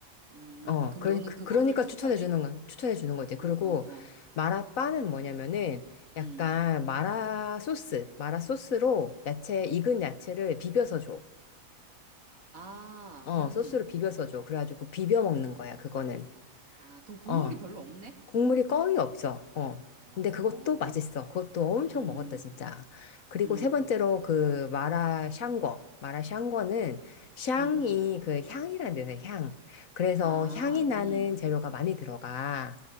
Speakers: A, on the right; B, on the left.
A: 음.
B: 어,
A: 그럼
B: 그러,
A: 너는
B: 그-
A: 그거를
B: 그러니까
A: 추천해?
B: 추천해 주는 거, 추천해 주는
A: 어,
B: 거지.
A: 어,
B: 그리고
A: 어, 어.
B: 마라빠는 뭐냐면은 약간
A: 음.
B: 마라 소스, 마라 소스로 야채, 익은 야채를 비벼서 줘.
A: 아,
B: 어,
A: 음.
B: 소스로 비벼서 줘. 그래가지고 비벼 먹는 거야, 그거는.
A: 아, 그럼 국물이
B: 어,
A: 별로 없네?
B: 국물이 거의 없어. 어.
A: 어,
B: 근데 그것도 맛있어. 그것도 엄청
A: 음,
B: 먹었다, 진짜. 그리고
A: 음,
B: 세 번째로 그 마라 샹궈. 마라 샹궈는 샹이
A: 음.
B: 그 향이란 데는 향. 그래서
A: 아,
B: 향이 나는
A: 음.
B: 재료가 많이 들어가.